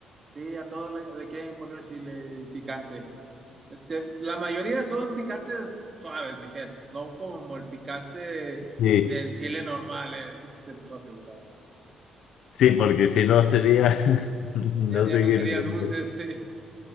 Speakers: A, on the right; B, on the left.
A: Sí, a todos le, le quieren poner chile picante. Este, la mayoría son picantes suaves, ligeros, no como el picante
B: Sí,
A: del chile normal, eh, eso sí te lo puedo asegurar.
B: sí, porque si no sería, <laughs> no
A: Ya, ya
B: sé
A: no
B: qué.
A: sería
B: no-
A: dulce, <laughs> sería...